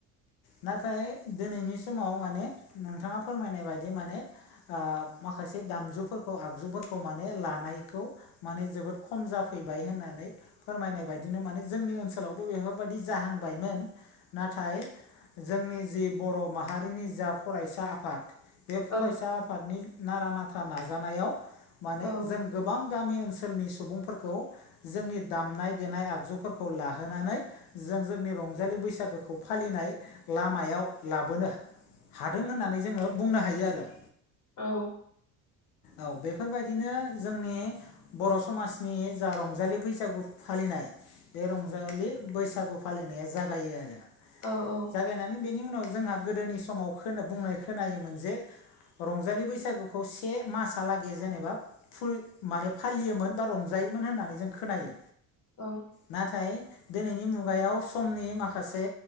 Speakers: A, on the left; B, on the left.
A: नाथाय दिनैनि समाव माने नोंथाङा फोरमायनाय बायदि माने। ओ माखासे दामजुफोरखौ आगजुफोरखौ माने लानायखौ। माने जोबोद खम जाफैबाय होननानै फोरमायनाय। बेबायदिनो माने जोंनि ओनसोलावबो बेफोरबायदि जाहांबायमोन नाथाय। जोंनि जि बर' माहारिनि जा फरायसा आफाद। बे फरायसा
B: औ
A: आफादनि नारा नाथा नाजानायाव। माने
B: औ
A: जों गोबां गामि ओनसोलनि सुबुंफोरखौ जोंनि दामनाय। देनाय आगजुफोरखौ लाहोनानै। जों जोंनि रंजालि बैसागोखौ फालिनाय लामायाव लाबोनो। हादों होननानै जोङो बुंनो हायो आरो।
B: औ।
A: औ बेफोरबायदिनो जोंनि बर' समाजनि जा रंजालि बैसागु। फालिनाय बे रंजालि बैसागु फालिनाया जागायो आरो।
B: औ औ।
A: जागायनानै बेनि उनाव जोंहा गोदोनि समाव बुंनाय खोनायोमोन जे। रंजालि बैसागुखौ से मासहालागै जेनेबा फुल माने फालियोमोन बा रंजायोमोन होननानै जों खोनायो।
B: औ।
A: नाथाय दिनैनि मुगायाव समनि माखासे